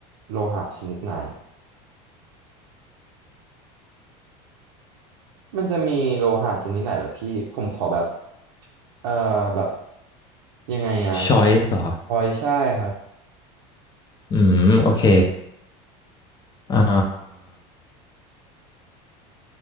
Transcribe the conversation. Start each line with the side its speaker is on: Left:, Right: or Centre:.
Right: โลหะชนิดไหน มันจะมีโลหะชนิดไหนเหรอพี่ผมขอแบบเอ่อแบบยังไงอะ
Left: choice เหรอ
Right: พลอยใช่ครับ
Left: อืมโอเคอ่า